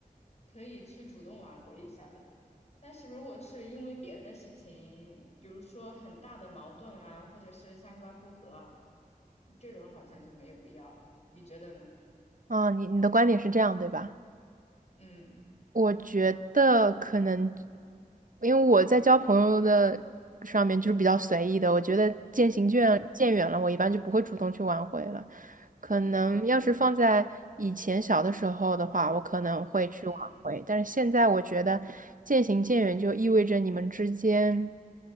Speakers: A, on the left; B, on the right.
A: 可以去主动挽回一下的。但是如果是因为别的事情，比如说很大的矛盾啊，或者是三观不合啊，这种好像就没有必要了。你觉得呢？
B: 啊，你你的观点是这样，对吧？
A: 嗯
B: 我觉得可能，因为我在交朋友的上面就是比较随意的，我觉得渐行渐渐远了，
A: 嗯
B: 我一般就不会主动去挽回了。可能要是放在以前小的时候的话，我可能会去挽回，
A: 嗯，
B: 但是现在我觉得渐行渐远就意味着你们之间